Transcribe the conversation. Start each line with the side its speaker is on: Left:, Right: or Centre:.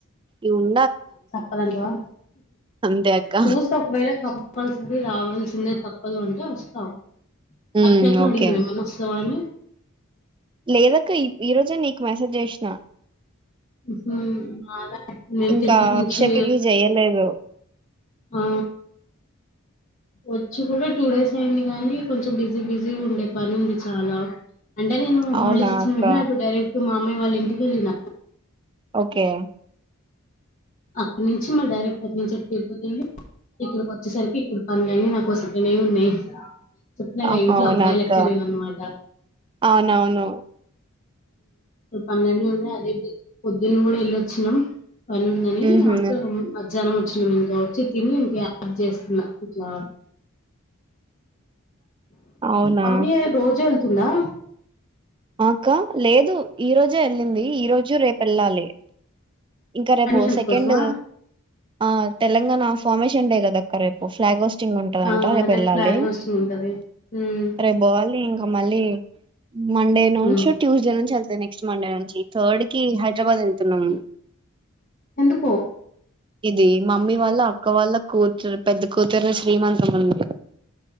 Right: ఉం
Left: తప్పదంటవా
Right: అంతే అక్క
Left: చూస్తా ఒకవేళ చెప్పాల్సింది రావాల్సిందే తప్పదు అంటే వస్తాం
Right: ఉమ్
Left: అక్షక్కకి
Right: ఓకే
Left: అడిగినావ ఏమన్నా వస్తావా అనీ
Right: లేదక్క ఈ రోజె నీ మెసేజ్ చేసిన
Left: హుమ్ మేము
Right: ఇంకా
Left: తిరుపతి నుంచి
Right: అక్షయకి చెయలేదు
Left: ఆ వచ్చి కూడా టూ డేస్ అయింది. కానీ కొంచెం బిజీ బిజీ ఉండే పని ఉంది. చాలా అంటే నేను
Right: అవునా
Left: హాలిడేస్ ఇచ్చిన
Right: అక్క
Left: వెంటనే డైరెక్ట్ మామయ్య వాళ్ళ ఇంటికి వెళ్ళిన
Right: ఓకే
Left: అక్కడి నుంచి మళ్ళీ డైరెక్ట్ అటు నుంచి అటు తిరుపతి వెళ్ళి ఇక్కడికి వచ్చేసరికి ఇక్కడ పనులన్నీ నాకోసమే ఉన్నాయి. చెప్పినాగా
Right: హా
Left: ఇంట్లో
Right: అవునాక్క
Left: అబ్బాయి లెక్క లేనన్నమాట
Right: అవునవును
Left: ఉ పన్నెండు ఉన్నాయి అది <unintelligible> పొద్దున్న కూడా వెళ్ళొచ్చినాం పని ఉంది. <unintelligible>
Right: ఉహు
Left: జనం వచనంఇంకా వచ్చి తిని ఇంకా యాద్ చేస్తున్నా ఇట్లా
Right: అవునా
Left: మమ్మీ రోజు వెల్ తుందా
Right: ఆ అక్క లేదు ఈ రోజు వెళ్ళింది ఈ రోజు రేపు వెళ్లాలి ఇంకా రేపు
Left: అడ్మిషన్స్
Right: సెకండ్
Left: కోసమా
Right: ఆ తెలంగాణ ఫార్మశన్ డే కదాక్క రేపు ఫ్లాగ్ వే వుంటందట
Left: ఆ
Right: రేపు వెళ్ళాలి.
Left: ఫ్లాగ్ హోస్టింగ్ ఉంటది ఉమ్,
Right: రేపు పోవాలి ఇంకా మళ్ళీ, మండే నుంచి
Left: ఉమ్.
Right: ట్యూస్డే నుంచి వెళ్తదంట. నెక్స్ట్ మండే నుండి థర్డ్ కి హై హైదరాబాద్ వెళ్తున్నాం
Left: ఎందుకో
Right: ఇది మమ్మీ వాళ్ళ ఒక్క వాళ్ళ కూతురు పెద్ద కూతురు ది శ్రీమంతముందీ